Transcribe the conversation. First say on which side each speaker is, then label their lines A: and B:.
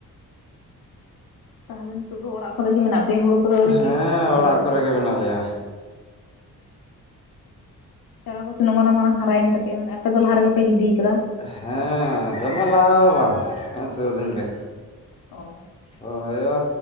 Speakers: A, on the left; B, on the left.
A: ᱛᱟᱦᱚᱞᱮ ᱱᱤᱛᱚᱜ ᱫᱚ ᱚᱲᱟᱜ ᱠᱚᱨᱮᱜ ᱜᱮ ᱢᱮᱱᱟᱜ ᱯᱮᱭᱟ ᱦᱩᱲᱩ ᱠᱚᱫᱚ ᱟᱹᱣᱨᱤ
B: ᱦᱮᱸ
A: ᱟᱨᱟᱢ
B: ᱚᱲᱟᱜ
A: ᱵᱚᱭᱟ ᱨᱚᱦᱚᱭ
B: ᱠᱚᱨᱮ ᱜᱮ ᱢᱮᱱᱟᱜ ᱞᱮᱭᱟ
A: ᱪᱟᱨᱟ ᱠᱚ ᱛᱤᱱᱟᱹᱜ ᱢᱟᱨᱟᱝ ᱢᱟᱨᱟᱝ ᱦᱟᱨᱟᱭᱮᱱ ᱛᱟᱯᱮᱭᱟ ᱢᱟᱱᱮ ᱟᱯᱮ ᱫᱚ ᱞᱟᱦᱟ ᱨᱮᱜᱮᱯᱮ ᱜᱤᱰᱤ ᱠᱟᱫᱟ
B: ᱦᱮᱸ ᱫᱚᱢᱮ ᱞᱟᱦᱟ ᱦᱚ ᱵᱟᱝ ᱥᱩᱨ ᱫᱤᱱ ᱜᱮ
A: ᱚ
B: ᱦᱩᱭᱩᱜ-ᱟ